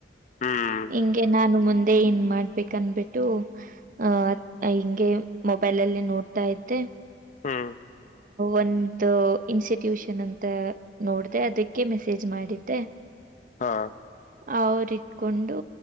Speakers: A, on the left; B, on the right.
A: ಹ್ಮ್
B: ಹಿಂಗೆ ನಾನು ಮುಂದೆ ಅದೇ ಏನ್ ಮಾಡ್ಬೇಕ ಅನ್ಬಿಟ್ಟು ಅಹ ಹಿಂಗೆ ಮೊಬೈಲಲ್ಲಿ ನೋಡ್ತಾ ಇದ್ದೆ
A: ಹಾ
B: ಒಂದು ಇನ್ಸ್ಟಿಟ್ಯೂಷನ್ ಅಂತ ನೋಡ್ದ ಅದಕ್ಕೆ ಮೆಸೇಜ್ ಮಾಡಿದ್ದೆ
A: ಹಾ
B: ಅವರು ಇಟ್ಕೊಂಡು